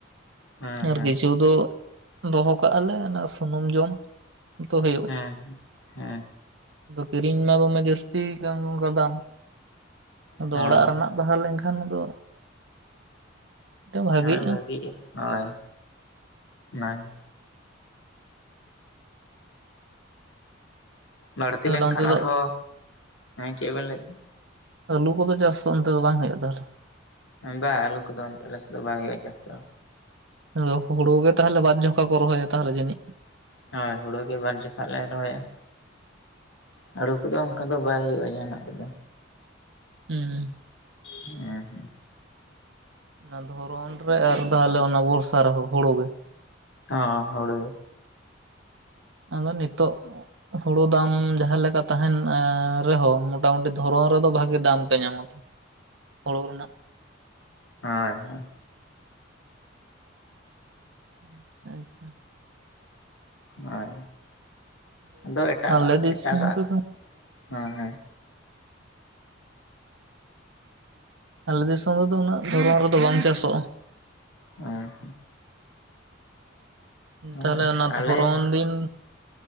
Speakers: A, on the left (about 80°); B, on the right (about 75°).
A: ᱦᱮᱸ ᱦᱮᱸ
B: ᱟᱨ
A: ᱦᱮᱸ
B: ᱠᱤᱪᱷᱩ ᱫᱚ ᱫᱚᱦᱚ ᱠᱟᱜ-ᱟ ᱞᱮ ᱚᱱᱟ ᱥᱩᱱᱩᱢ ᱡᱚᱢ ᱛᱚ ᱦᱩᱭᱩᱜ
A: ᱦᱩᱸ
B: ᱠᱤᱨᱤᱧ ᱢᱟ ᱫᱚᱢᱮ ᱡᱟᱹᱥᱛ ᱠᱟᱱ ᱚᱝᱠᱟ ᱫᱟᱢ ᱟᱫᱚ
A: ᱦᱳᱭ
B: ᱚᱲᱟᱜ ᱨᱮᱱᱟᱜ ᱛᱟᱦᱟ ᱞᱮᱱᱠᱷᱟᱱ ᱟᱫᱚ ᱛᱮ ᱵᱷᱟᱜᱤᱜ
A: ᱵᱷᱟᱹᱜᱤᱜ-ᱟ ᱦᱳᱭ ᱚᱱᱟᱜᱤ ᱵᱟᱹᱲᱛᱤ
B: ᱛᱟᱦᱚᱞᱮ
A: ᱞᱮᱱᱠᱷᱟᱱ
B: ᱚᱱᱛᱮ ᱫᱚ
A: ᱟᱨᱦᱚᱸ ᱦᱮᱸ ᱪᱮᱫ ᱵᱮᱱ ᱞᱟᱹᱭ
B: ᱟᱹᱞᱩ ᱠᱚᱫᱚ ᱪᱟᱥ ᱚᱱᱛᱮ ᱫᱚ ᱵᱟᱝ ᱦᱩᱭᱩᱜ-ᱟ ᱛᱟᱦᱚᱞᱮ?
A: ᱵᱟ ᱟᱹᱞᱩ ᱠᱚᱫᱚ ᱚᱱᱛᱮ ᱟᱞᱮ ᱥᱮᱜ ᱫᱚ ᱵᱟᱭ ᱦᱩᱭᱩᱜ-ᱟ ᱪᱟᱥ ᱫᱚ᱾
B: ᱟᱫᱚ ᱦᱩᱲᱩ ᱜᱮ ᱛᱟᱦᱚᱞᱮ ᱵᱟᱨ ᱡᱷᱚᱠᱟ ᱠᱚ ᱨᱚᱦᱚᱭᱟ ᱛᱟᱦᱚᱞᱮ ᱡᱟᱹᱱᱤᱡ?
A: ᱦᱚᱭ ᱦᱩᱲᱩ ᱜᱮ ᱵᱟᱨ ᱡᱚᱠᱷᱟ ᱞᱮ ᱨᱚᱦᱚᱭᱟ᱾ ᱦᱟᱹᱲᱩ ᱠᱚᱫᱚ ᱚᱝᱠᱟ ᱫᱚ ᱵᱟᱭ ᱦᱩᱭᱩᱜ-ᱟ ᱡᱟᱦᱟᱸ ᱱᱟᱜ ᱠᱚᱫᱚ᱾
B: ᱩᱸᱻ᱾
A: ᱮ ᱦᱮᱸ᱾
B: ᱚᱱᱟ ᱫᱷᱚᱨᱚᱱ ᱨᱮ ᱟᱨ ᱛᱟᱦᱚᱞᱮ ᱚᱱᱟ ᱵᱚᱨᱥᱟ ᱨᱮᱦᱚᱸ ᱦᱩᱲᱩ ᱜᱮ᱾
A: ᱦᱚᱸ ᱦᱩᱲᱩ᱾
B: ᱟᱫᱚ ᱱᱤᱛᱚᱜ ᱚᱸᱼᱼ ᱦᱩᱲᱩ ᱫᱟᱢ ᱡᱟᱦᱟᱸ ᱞᱮᱠᱟ ᱛᱟᱦᱮᱱ ᱮ ᱨᱮᱦᱚᱸ ᱢᱚᱴᱟᱼᱢᱩᱴᱤ ᱫᱷᱚᱨᱚᱱ ᱨᱮᱫᱚ ᱵᱷᱟᱜᱤ ᱫᱟᱢᱼᱼ ᱯᱮ ᱧᱟᱢᱚᱛ ᱦᱩᱲᱩ ᱨᱮᱱᱟᱜ᱾
A: ᱦᱚᱸᱭ ᱦᱚᱸᱭ᱾
B: ᱟᱪᱪᱷᱟ ᱟᱪᱪᱷᱟ᱾
A: ᱦᱚᱭ ᱟᱫᱚ ᱮᱴᱟᱜ
B: ᱟᱞᱮ
A: ᱟᱜ
B: ᱫᱤᱥᱚᱢ
A: ᱮᱴᱟᱜᱟᱜᱼᱼ
B: ᱨᱮᱫᱚ
A: ᱦᱚᱸ ᱦᱚᱭ᱾
B: ᱟᱞᱮ ᱡᱚᱞ ᱫᱚ ᱩᱱᱟᱹᱜ ᱫᱷᱚᱨᱚᱱ ᱨᱮᱫᱚ ᱵᱟᱝ ᱪᱟᱥᱚᱜ-ᱟ᱾
A: ᱚᱸᱻ᱾
B: ᱛᱟᱦᱚᱞᱮ
A: ᱦᱳᱭ
B: ᱚᱱᱟ
A: ᱟᱞᱮ
B: ᱫᱷᱚᱨᱚᱱ ᱫᱤᱱ